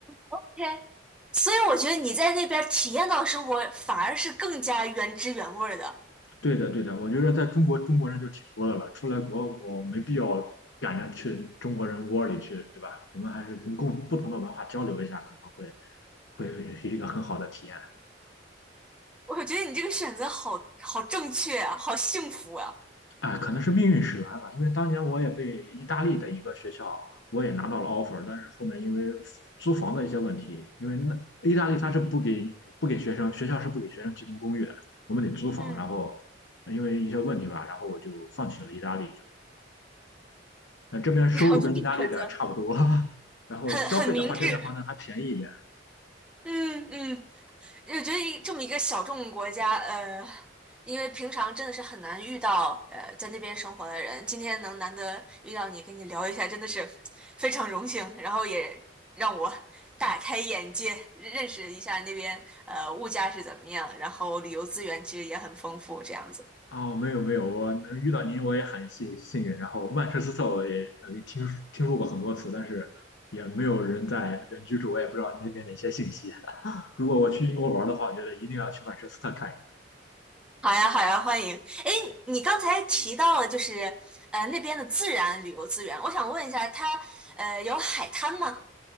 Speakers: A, in the centre; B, on the left.
A: ，OK，所以我觉得你在那边体验到的生活，反而是更加原汁原味儿的。
B: 对的，对的，我觉得在中国中国人就挺多的了，出来国我没必要赶着去中国人窝里去，对吧？我们还是跟共不同的文化交流一下，可能会会是一个很好的体验
A: 我觉得你这个选择好好正确啊，好幸福啊！
B: 啊，可能是命运使然吧，因为当年我也被意大利的一个学校，我也拿到了 offer，但是后面因为租房的一些问题，因为那意大利它是不给不给学生，学校是不给学生提供公寓的，我们得租房，
A: 嗯。
B: 然后因为一些问题吧，然后我就放弃了意大利，就呃，这边收入跟意大利的差不多，
A: <laughs> 我就这个选择，
B: <laughs> 然后消费的话，
A: 很很明智。
B: 这边好像还便宜一点。
A: 嗯嗯，我觉得一这么一个小众国家，呃，因为平常真的是很难遇到呃在那边生活的人，今天能难得遇到你，跟你聊一下，真的是非常荣幸，然后也让我大开眼界，认识一下那边呃物价是怎么样，然后旅游资源其实也很丰富，这样子。
B: 哦，没有没有，我能遇到您，我也很幸幸运。然后曼彻斯特我也呃听听说过很多次，但是也没有人在那边居住，我也不知道那边的一些信息。<laughs> 如果我去英国玩的话，我觉得一定要去曼彻斯特看一看。
A: 好呀，好呀，欢迎。哎，你刚才提到了就是呃那边的自然旅游资源，我想问一下，它呃有海滩吗？